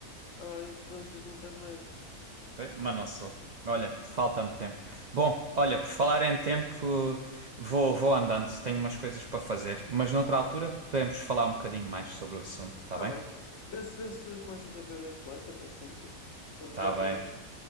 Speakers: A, on the left; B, on the right.
A: a influências da internet.
B: Bem, Mas não sou. Olha, falta-me tempo. Bom, olha, por falar em tempo, vou, vou andando. Tenho umas coisas para fazer. Mas noutra altura podemos falar um bocadinho mais sobre o assunto, tá
A: Tá
B: bem?
A: bem. Vê se, vê se começas a ver influencers assim, que debatemos.
B: Tá bem.